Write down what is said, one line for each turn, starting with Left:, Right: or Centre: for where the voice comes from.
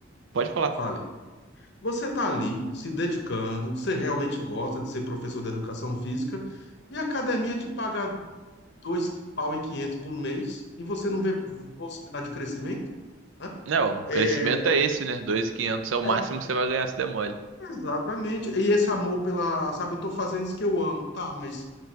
Right: pode falar.
Left: fale. Você tá ali se dedicando, você realmente gosta de ser professor de educação física e a academia te paga dois pau e quinhentos por mês e você não vê possibilidade de crescimento, né?
Right: Não, o
Left: É,
Right: crescimento é esse, né? 2.500 é o máximo
Left: é,
Right: que você vai ganhar se der mole.
Left: exatamente. E esse amor pela, sabe, eu tô fazendo isso que eu amo, tá, mas